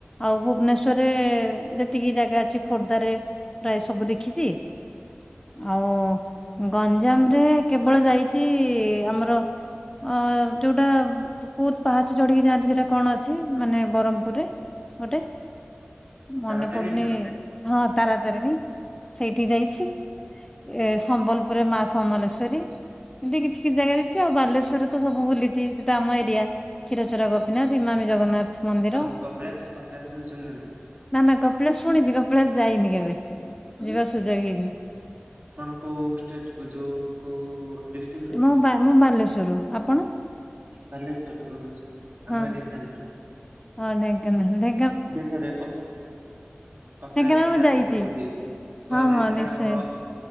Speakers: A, on the left; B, on the right.
A: ଆଉ ଭୁବନେଶ୍ଵରେ ଯେତିକି ଜାଗା ଅଛି ଖୋର୍ଦ୍ଧାରେ ପ୍ରାଏ ସବୁ ଦେଖିଚି ଆଉ ଗଞ୍ଜାମରେ କେବଳ ଯାଇଚି ଆମର ଅ ଯୋଉଟା କୋଉତ ପାହାଚ ଚଢ଼ିକି ଯାଆନ୍ତି ସେଟା କଣ ଅଛି ମାନେ ବରମପୁରରେ? ଗୋଟେ ମନେ
B: ତାରା ତାରିଣୀ
A: ପଡ଼ୁନି ହଁ ତାରାତାରିଣୀ ସେଇଠି ଯାଇଛି। ଏ ସମ୍ବଲପୁରେ ମା ସମଲେଶ୍ଵରୀ। ଏମତି କିଛି କିଛି ଜାଗା ଯାଇଛି ଆଉ ବାଲେଶ୍ୱରରେ ତ ସବୁ ବୁଲିଚି ସେଟା ଆମ ଏରିଆ। କ୍ଷୀରଚୋରା ଗୋପୀନାଥ, ଇମାମୀ ଜଗନ୍ନାଥ। ମନ୍ଦିର
B: ଆଉ କପିଳାସ କପିଳାସକୁ ଚିହ୍ନିନାହାନ୍ତି।
A: ନାଁ ନାଁ କପିଳାଶ ଶୁଣିଚି କପିଳାଶ ଯାଇନି କେବେ ଯିବାର ସୁଯୋଗ ହେଇନି।
B: ଆପଣ କୋଉ ଷ୍ଟେଟ୍ ଉ ଯୋଉ କୋଉ ଡିଷ୍ଟ୍ରିକ୍ଟ ରୁ କି?
A: ମୁଁ ବା ମୁଁ ବାଲେଶ୍ଵର ଆପଣ?
B: ବାଲେଶ୍ୱରରୁ ଓସ୍ ଆମେ
A: ହଁ
B: ଢ଼େଙ୍କାନାଳ
A: ହଁ ଢ଼େଙ୍କାନାଳ ଢ଼େ
B: ଆସିବେ ଥରେ କ ହଁ କପିଳାସ
A: ଢେଙ୍କାନାଳ
B: ଥରେ
A: ମୁଁ
B: ଆସିବେ
A: ଯାଇଛି
B: ବୁଲି।
A: ହଁ
B: କୁହାଯାଏ
A: ହଁ
B: ସେଟା
A: ନିଶ୍ଚୟ।
B: ଆମର ଓ